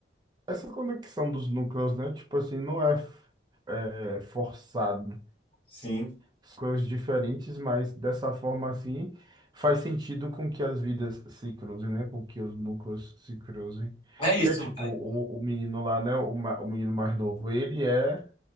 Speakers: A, on the right; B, on the left.
A: essa conexão dos núcleos, né? Tipo assim, não é, f- é, forçado.
B: Sim.
A: São Coisas diferentes, mas dessa forma assim faz sentido com que as vidas se cruzem, né? Com que os núcleos se cruzem.
B: É isso.
A: Que é tipo
B: é
A: o, o menino lá, né? O, ma- o menino mais novo, ele é